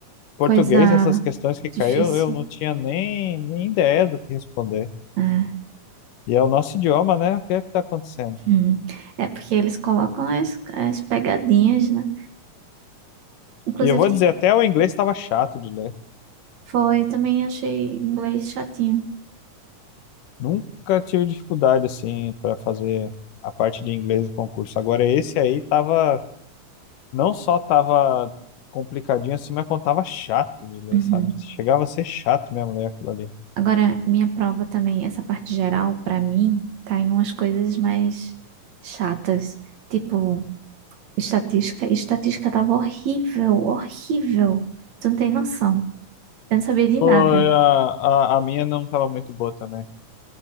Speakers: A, on the left (about 80°); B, on the right (about 60°).
A: português,
B: coisa
A: essas questões que caiu,
B: difícil.
A: eu não tinha nem, nem ideia do que responder.
B: É,
A: E é o nosso idioma, né? O que é que está acontecendo?
B: Hum. É, porque eles colocam as, as pegadinhas, né? Inclusive,
A: E eu vou
B: tem-
A: dizer, até o inglês estava chato de ler.
B: foi, também achei inglês chatinho.
A: Nunca tive dificuldade assim para fazer a parte de inglês do concurso. Agora esse aí tava, não só tava complicadinho assim, mas como tava chato de ler,
B: Uhum.
A: sabe? Chegava a ser chato mesmo ler aquilo ali.
B: Agora, minha prova também, essa parte geral, pra mim, cai umas coisas mais chatas, tipo estatística. Estatística tava horrível, horrível. Tu não tem noção. Eu não sabia de
A: Foi
B: nada.
A: a, a, a minha não estava muito boa também.